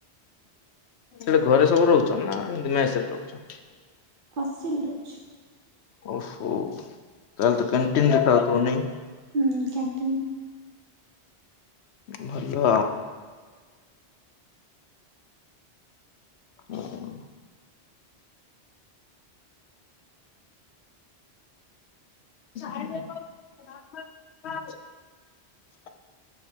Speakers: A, on the left; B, on the right.
A: ସେଟା ଘରେ ସବୁ ରହୁଚ ନା ଏମତି ମେସେରେ ରହୁଚ?
B: ହଷ୍ଟେଲ୍ ରହୁଛି।
A: ଓହୋ ତାହେଲେ ତ କାଣ୍ଟିନ୍ ରେ ଖାଉଥିବ ନାଇଁ।
B: ହୁଁ କାଣ୍ଟିନ୍।
A: ଭଲ ଅଂ <unintelligible>